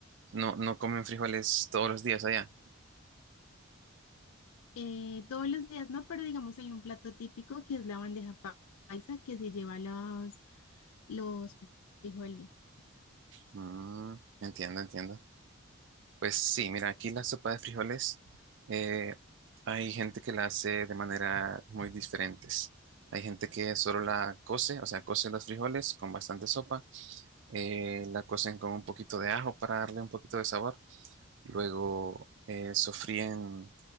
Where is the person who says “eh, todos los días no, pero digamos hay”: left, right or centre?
Left